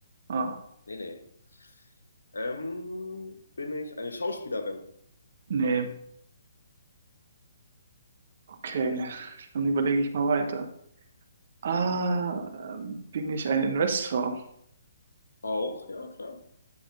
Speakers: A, on the right; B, on the left.
A: Ah,
B: Nee, nee. Ähm, bin ich eine Schauspielerin?
A: nee. Okay, dann überlege ich mal weiter. Ah, ähm, bin ich ein Investor?
B: Auch, ja, klar.